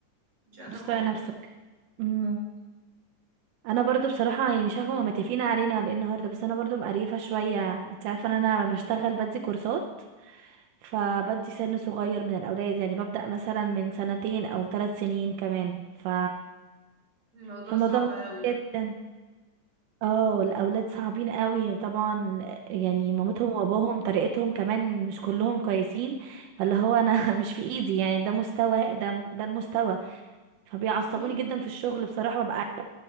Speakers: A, on the right (about 30°); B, on the right (about 85°).
A: مش قادرة
B: مش
A: خالص
B: طايقة نفسك
A: بالظبط
B: امم انا برضو بصراحة يعني مش عارفة هما متفقين علينا على ايه النهاردة بس انا برضو مقريفة شوية انت عارفة ان انا بشتغل بدي كورسات فبدي سن صغير من الاولاد يعني ببدأ مثلا من سنتين او ثلاث سنين كمان ف
A: الموضوع
B: فالموضوع
A: صعب
B: مهم
A: قوي
B: جدا اه الاولاد صعبين قوي طبعا يعني مامتهم واباهم طريقتهم كمان مش كلهم كويسين فاللي هو انا <laughs> مش في ايدي يعني ده مستوى ده ده المستوى فبيعصبوني
A: بصي
B: جدا في الشغل بصراحة ببقى عايزة-